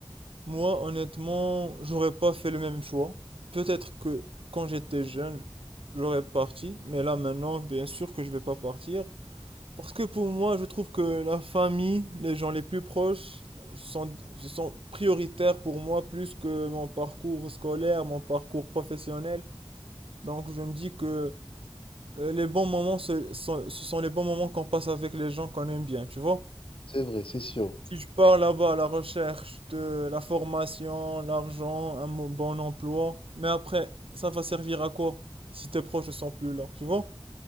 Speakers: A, on the right; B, on the left.
A: moi, honnêtement, j'aurais pas fait le même choix. Peut-être que quand j'étais jeune, j'aurais parti, mais là maintenant, bien sûr que je vais pas partir. Parce que pour moi, je trouve que la famille, les gens les plus proches, sont, sont prioritaires pour moi plus que mon parcours scolaire, mon parcours professionnel. Donc je me dis que euh, les bons moments, ce sont, ce sont les bons moments qu'on passe avec les gens qu'on aime bien, tu vois?
B: c'est vrai c'est sûr
A: Si je pars là-bas à la recherche de la formation, l'argent, un mo- bon emploi, mais après, ça va servir à quoi si tes proches ne sont plus là, tu vois?